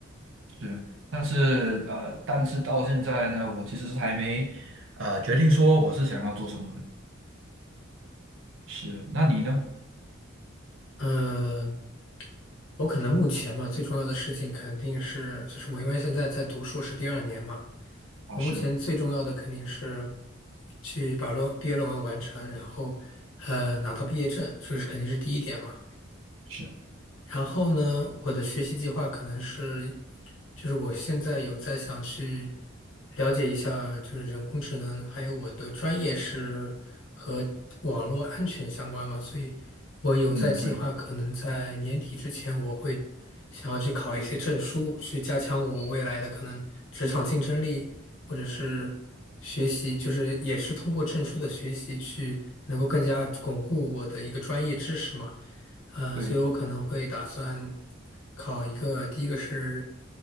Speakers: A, on the right (about 70°); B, on the left (about 70°).
A: 是。但是呃，但是到现在呢，我其实是还没呃决定说我是想要做什么的。是，那你呢？
B: 嗯，我可能目前嘛，最重要的事情肯定是，就是我因为现在在读硕士第二年嘛。
A: 啊，
B: 我目前最重要的肯定是
A: 是
B: 去把论毕业论文完成，然后呃拿到毕业证，这个是肯定是第一点嘛。
A: 是，
B: 然后呢，我的学习计划可能是，就是我现在有在想去了解一下，就是人工智能，还有我的专业是和网络安全相关嘛，所以我有在计划，
A: 嗯，对
B: 可能在年底之前，我会想要去考一些证书，去加强我未来的可能职场竞争力，或者是学习，就是也是通过证书的学习去能够更加巩固我的一个专业知识嘛。呃，
A: 对对，
B: 所以我可能会打算考一个，第一个是